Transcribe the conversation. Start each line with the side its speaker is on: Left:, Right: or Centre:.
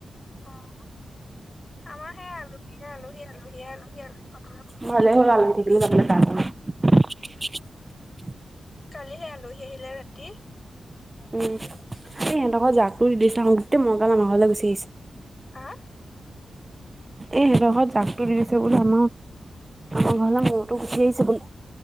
Left: অ' অ'। আমাৰ সেই আলহীয়ে আলহী আলহীয়ে আলহী আলহী খতমে
Right: ভাল
Left: হোৱা
Right: হ আল ঠিকলে তাকিল কাৰাই <unintelligible>
Left: কালিহে আলহী আহিলে ৰাতি
Right: উম সিহঁতক জাকো দি দিছা গোতেই মহগাল লে গুচি আহিছে
Left: হা
Right: এইহতত জাকটো দিছে বুলি আম আমাৰ ঘৰ মতো গুঠি আহাইছে বুলি